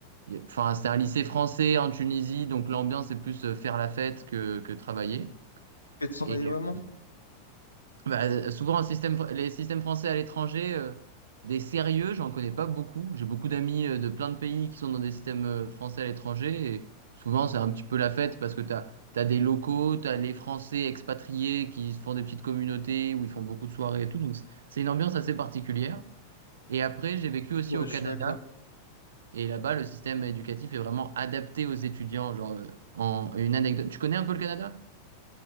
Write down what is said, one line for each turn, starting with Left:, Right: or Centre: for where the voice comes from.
Right: y a- enfin, c'était un lycée français en Tunisie, donc l'ambiance est plus euh, faire la fête que, que travailler.
Left: Tu travailler
Right: Et,
Left: vraiment?
Right: euh, bah, souvent, un système, les systèmes français à l'étranger, euh, des sérieux, j'en connais pas beaucoup. J'ai beaucoup d'amis euh, de plein de pays qui sont dans des systèmes euh, français à l'étranger. Et souvent, c'est un petit peu la fête parce que t'as, t'as des locaux, t'as les Français expatriés qui se font des petites communautés où ils font beaucoup de soirées et tout. Donc, c'est c'est une ambiance assez particulière. Et après, j'ai vécu aussi
Left: Ouais,
Right: au
Left: je
Right: Canada.
Left: suis d'accord.
Right: Et là-bas, le système éducatif est vraiment adapté aux étudiants. Genre, euh, en une anecdote. Tu connais un peu le Canada?